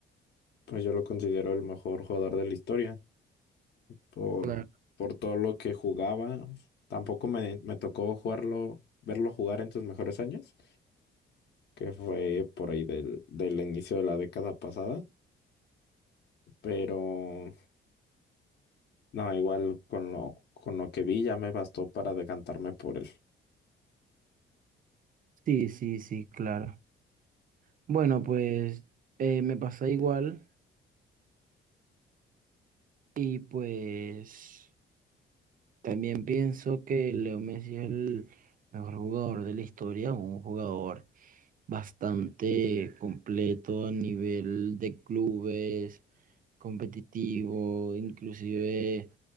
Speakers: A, on the left; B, on the right.
A: pues yo lo considero el mejor jugador de la historia por,
B: Claro.
A: por todo lo que jugaba. Tampoco me, me tocó jugarlo, verlo jugar en sus mejores años, que fue por ahí del, del inicio de la década pasada, pero No, igual con lo, con lo que vi ya me bastó para decantarme por el,
B: Sí, sí, sí, claro. Bueno, pues eh, me pasa igual y pues... También pienso que Leo Messi es el mejor jugador de la historia, un jugador bastante completo a nivel de clubes, competitivo, inclusive